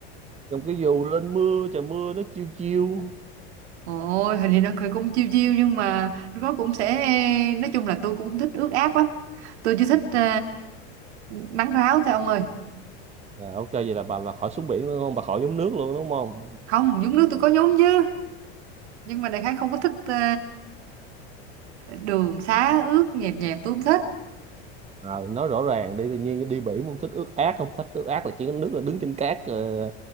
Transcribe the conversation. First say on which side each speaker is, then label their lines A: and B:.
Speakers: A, on the right; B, on the right.
A: cầm cái dù lên mưa trời mưa nó chiêu chiêu
B: Ôi, hình thì nó cười cũng chiêu chiêu nhưng mà nó cũng sẽ nói chung là tôi cũng thích ướt át lắm. Tôi chưa thích ờ, nắng ráo thôi ông ơi.
A: à, ok vậy là bà là khỏi xuống biển luôn không bà khỏi nhúng nước luôn đúng không
B: Không, nhúng nước tôi có nhúng chứ. Nhưng mà đại khái không có thích ờ, đường xá ướt nhẹp nhẹp tôi không thích.
A: à, nói rõ ràng đi tự nhiên đi biển không thích ướt át không thích ướt át là chỉ có nước là đứng trên cát ờ,